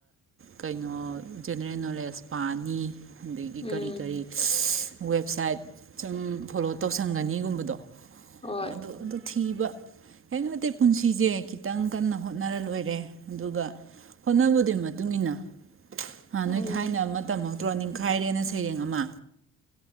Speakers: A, on the right; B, on the left.
A: ꯀꯩꯅꯣ ꯖꯦꯅꯔꯦꯜ ꯅꯣꯂꯦꯖ ꯄꯥꯅꯤ ꯑꯗꯒꯤ
B: ꯎꯝ
A: ꯀꯔꯤ ꯀꯔꯤ ꯋꯦꯕꯁꯥꯏꯠ ꯁꯨꯝ ꯐꯣꯂꯣ ꯇꯧꯁꯟꯒꯅꯤꯒꯨꯝꯕꯗꯣ
B: ꯍꯣꯏ
A: ꯑꯗ ꯑꯗꯨ ꯊꯤꯕ ꯍꯦꯟꯅ ꯅꯠꯇꯦ ꯄꯨꯟꯁꯤꯁꯦ ꯈꯤꯇꯪ ꯀꯟꯅ ꯍꯣꯠꯅꯔ ꯂꯣꯏꯔꯦ ꯑꯗꯨꯒ ꯍꯣꯠꯅꯕꯗꯨꯏ ꯃꯇꯨꯡ ꯏꯟꯅ ꯍꯥ
B: ꯎꯝ
A: ꯅꯣꯏ ꯊꯥꯏꯅ ꯑꯃ ꯇꯝꯃꯛ ꯆꯇ꯭ꯔꯣ ꯅꯤꯡꯈꯥꯏꯔꯦꯅ ꯁꯩꯔꯦꯡ ꯑꯃ